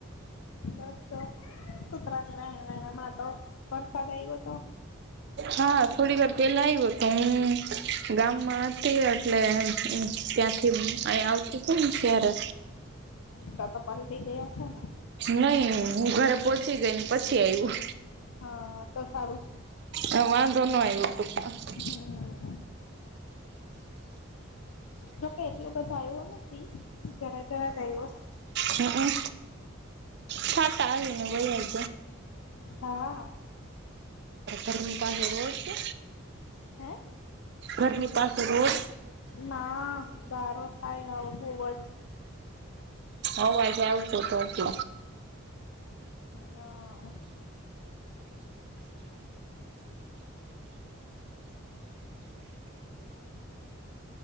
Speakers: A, on the left; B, on the right.
A: બસ જો કૂતરા ની વહેણ વહેણ હમણાં તો વરસાદ આવ્યો તો
B: હા થોડી વાર પેલા આવ્યો તો હું ગામમાં હતી એટલે ત્યાંથી અ આવતું હતું ને ત્યારે
A: તો તો પરથી ગયા હતો ને
B: નઈ હું ઘરે પોહોચી ગઈ ને પછી આવ્યું.
A: હા હા તો સારું
B: હ વાંધો ન વા આવીવ ત પણ
A: હમ જોકે એટલું બધું આવ્યો ને ફી જરા જરા જ આવ્યો
B: હમમ છાતાા એ ભાઈજ
A: હા
B: ગરમી પાસેે રોજ કે
A: હે
B: ગરમી પાસેે રોદ
A: ના ગારો થાય આવ બહવ જ
B: અવાજે આવતોું તો
A: ના